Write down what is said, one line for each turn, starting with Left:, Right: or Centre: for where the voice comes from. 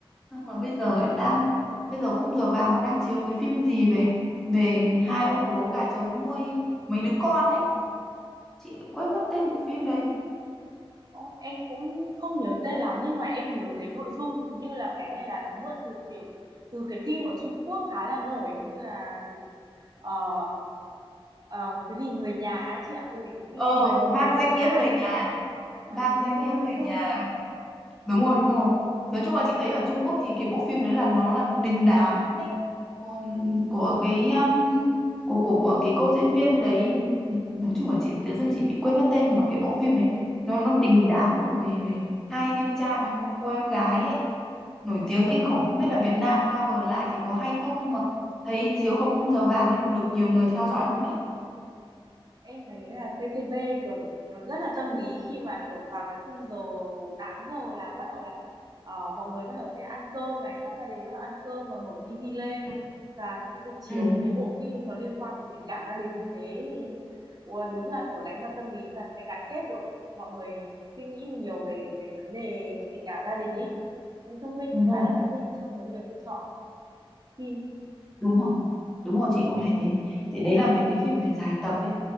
Centre: Xong là bây giờ lại đang bây giờ khung giờ vàng còn đang chiếu cái phim gì về về hai ông bố gà trống nuôi mấy đứa con ấy. Chị lại quên mất tên bộ phim đấy.
Right: Ồ, em cũng không nhớ tên lắm nhưng mà em nhớ cái nội dung hình như là cái này là nó mượn từ tiểu từ cái phim ở Trung Quốc khá là nổi như là gì ờ, ờ, cái gì người nhà ấy chị ạ ui cái phim
Centre: Ờ,
Right: người một người
Centre: mang
Right: một
Centre: danh
Right: nhà
Centre: nghĩa
Right: à?
Centre: người nhà,
Right: Ờ,
Centre: mang
Right: đúng
Centre: danh
Right: rồi
Centre: nghĩa người
Right: đúng rồi
Centre: nhà đúng rồi đúng rồi nói chung là chị thấy ở Trung Quốc thì cái bộ phim đấy là nó là đình đám luôn đấy còn của cái um, của của của cái cô diễn viên đấy nói chung là chị tự dưng chị bị quên mất tên nhưng mà cái bộ phim đấy nó nó đình đám về, về, về hai anh em trai với một cô em gái ấy nổi tiếng kinh khủng không biết là Việt Nam cover lại thì có hay không nhưng mà thấy chiếu vào khung giờ vàng nên được nhiều người theo dõi lắm ấy
Right: em thấy là VTV kiểu nó rất là tâm lý khi mà kiểu vào cái khung giờ 8 giờ là bắt đầu là ờ, mọi người bắt đầu sẽ ăn cơm này các gia đình bắt đầu ăn cơm và mở tivi lên
Centre: ừ,
Right: và sẽ được chiếu
Centre: ừ
Right: những cái bộ phim nó liên quan về tình cảm gia đình như thế thì ủa, đúng là kiểu đánh vào tâm lý và sẽ gắn kết được mọi người suy nghĩ nhiều về cái vấn đề tình cảm gia đình ấy mình thông minh
Centre: đúng rồi
Right: khá là thông minh trong cái việc chọn phim
Centre: đúng rồi đúng rồi chị cũng thấy thế thì đấy là mấy cái phim về dài tập ấy